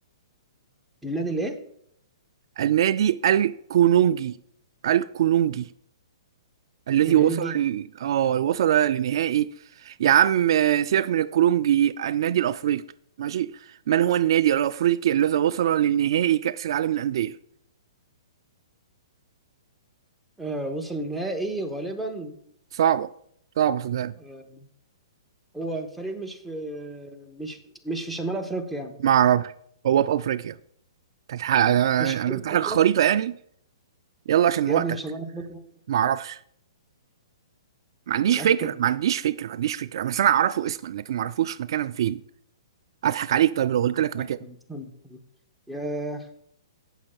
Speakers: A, in the centre; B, on the right (about 60°).
A: النادي الايه؟
B: النادي الكولونجي الكولونجي الذي
A: كونونجي
B: وصل ل- اه وصل لنهائي يا عم سيبك من الكولونجي النادي الأفريقي ماشي من هو النادي الأفريقي الذي وصل لنهائي كأس العالم للأندية
A: آه وصل نهائي غالبا
B: صعبة صعبة صدقني
A: آه هو فريق مش في مش مش في شمال افريقيا يعني
B: ما أعرفش هو في أفريقيا كانت ح- انا
A: في شمال
B: أنا افتح
A: افريقيا
B: لك الخريطه يعني يلا عشان
A: يا
B: وقتك
A: ابني في شمال افريقيا
B: ما اعرفش ما عنديش
A: متأكد
B: فكره ما عنديش فكره ما عنديش فكره بس انا اعرفه اسما لكن ما اعرفوش مكانا فين اضحك عليك طيب لو قلت لك
A: يعني
B: مكان
A: كان- كان- كان- يا